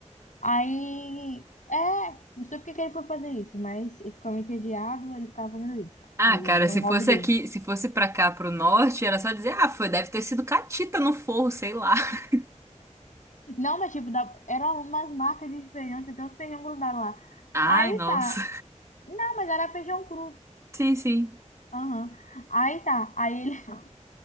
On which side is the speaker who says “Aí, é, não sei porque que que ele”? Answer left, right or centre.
Left